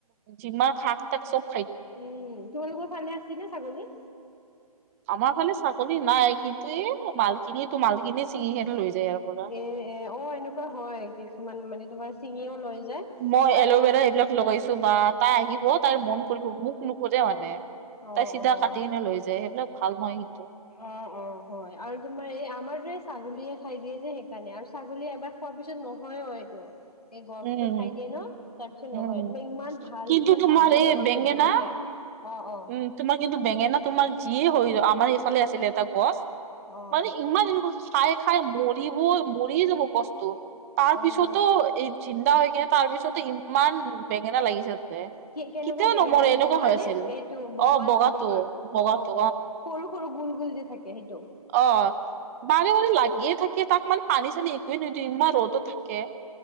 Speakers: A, on the right (about 25°); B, on the left (about 85°).
A: যিমান শাক-চাক চব <unintelligible>
B: উম' তোমালোকৰ ফালে আছে নে ছাগলী?
A: <inaudible> আমাৰ ফালে ছাগলী নাই, কিন্তু এই মালখিনি-মালখিনি চিঙি কেনে লৈ যায় ইয়াৰ পৰা। <unintelligible>
B: এ-এ অ, এনেকুৱা হয় কিছুমান মানে তোমাৰ ছিঙিও লৈ যায়।
A: মই
B: আৰু
A: এলভেৰা এইবিলাক লগাইছো বা তাই আহিব তাইৰ মন কৰিব মোক নুখোজে মানে। তাই
B: অ',
A: চিধা
B: অ'।
A: কাটি কিনে লৈ যায় সেইবিলাক ভাল নহয় কিন্তু।
B: অ', অ', হয় আৰু তোমাৰ এই আমাৰ দৰে ছাগলীয়ে খাই দিয়ে যে সেইকাৰণে আৰু ছাগলীয়ে এবাৰ খোৱাৰ পিছত নহয় অ, এইটো। এই গছটো
A: উম
B: খাই দিয়ে ন, তাৰ পিছত
A: উম।
B: নহয় মানে ইমান ভাল
A: কিন্তু
B: ইমান
A: তোমাৰ
B: ডাঙৰ-
A: এই
B: ডাঙৰ
A: বেঙেনা
B: ভোট জলকীয়া। অ', অ',
A: উম তোমাৰ কিন্তু বেঙেনা তোমাৰ যিয়ে হৈ <unintelligible> আমাৰ সফালে আছিলে এটা গছ।
B: অ',
A: মানে ইমান এনেকোৱা খাই- খাই মৰিবই মৰিয়ে যাব গছটো তাৰ
B: অ',
A: পিছতো এই জিন্দা হৈ কিনে তাৰ পিছতে ইমান বেঙেনা লাগিছে। তাতে।
B: কে -কেনেকুৱা
A: কেতিয়াও
B: বেঙেনা
A: নমৰে
B: এ
A: এনেকুৱা
B: বগানে
A: হৈ আছিল।
B: এইটো বগান
A: অ বগাটো
B: বগা অ',
A: বগাটো
B: অ', সৰু সৰু গুল -গুল যে থাকে সেইটো?
A: অ, বাৰে -বাৰে লাগিয়ে থাকে তাক মানে পানী চানী একোৱে নিদো ইমান ৰ'দত থাক কে